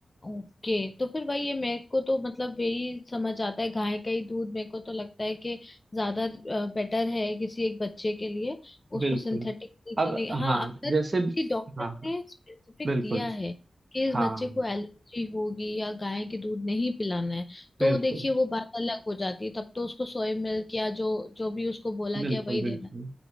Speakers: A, on the left; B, on the right.
A: ओके तो फिर वही है मेरे को तो मतलब यही समझ आता है गाय का ही दूध मेरे को तो लगता है कि ज्यादा बेटर है किसी एक बच्चे के लिए उसको
B: बिल्कुल
A: सिंथेटिक
B: अब
A: तो नहीं हाँ
B: हाँ
A: अगर
B: जैसे
A: किसी डॉक्टर
B: हाँ हाँ
A: ने स्पेसिफिक
B: बिल्कुल
A: दिया है कि इस
B: हाँ
A: बच्चे को एलर्जी होगी या गाय के दूध नहीं पिलाना है
B: बिल्कुल
A: तो देखिए वो बात अलग हो जाती है तब तो उसको सोया मिल्क या जो जो भी उसको बोला
B: बिल्कुल
A: गया वही
B: बिल्कुल
A: देना